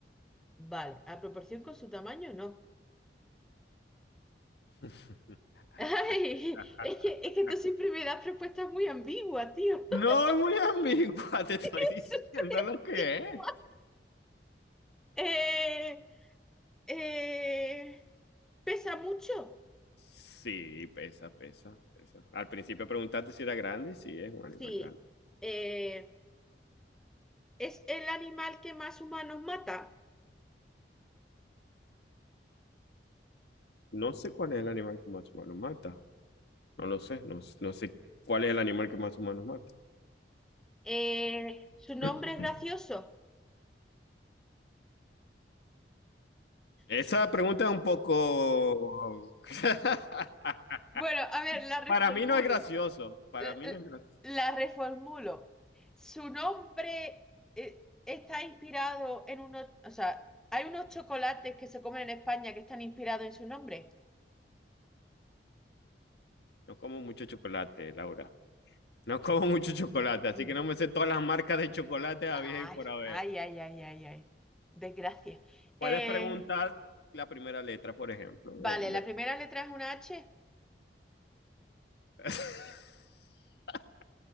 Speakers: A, in the centre; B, on the left.
A: Vale, a proporción con su tamaño, no.
B: <clears throat>
A: <laughs> Ay, es que, es
B: <laughs>
A: que tú siempre me das propuestas muy ambiguas, tío.
B: No
A: <laughs>
B: es muy ambigua, <laughs> te estoy
A: Es
B: diciendo
A: súper
B: lo
A: ambiguo.
B: que es.
A: Eh, eh, ¿pesa mucho?
B: Sí, pesa, pesa, pesa. Al principio preguntaste si era grande y sí, es un animal
A: Sí.
B: grande.
A: Eh, ¿es el animal que más humanos mata?
B: No sé cuál es el animal que más humano mata. No lo sé, no, no sé cuál es el animal que más humanos mata.
A: Eh, ¿su
B: <clears throat>
A: nombre es gracioso?
B: Esa
A: Su-
B: pregunta es un poco... <laughs>
A: Bueno, a ver, la reformulo.
B: Para mí no es gracioso, para
A: L-
B: mí
A: l-
B: no es gracioso.
A: La reformulo. Su nombre eh, está inspirado en unos, o sea, hay unos chocolates que se comen en España que están inspirados en su nombre.
B: No como mucho chocolate, Laura. No como mucho chocolate, así
A: Ent-
B: que no me sé todas las marcas de chocolate a
A: Ay,
B: y por haber.
A: ay, ay, ay, ay, ay. Desgracia.
B: Puedes
A: Eh,
B: preguntar la primera letra, por ejemplo,
A: vale,
B: del...
A: la
B: del-
A: primera letra es una H.
B: <laughs>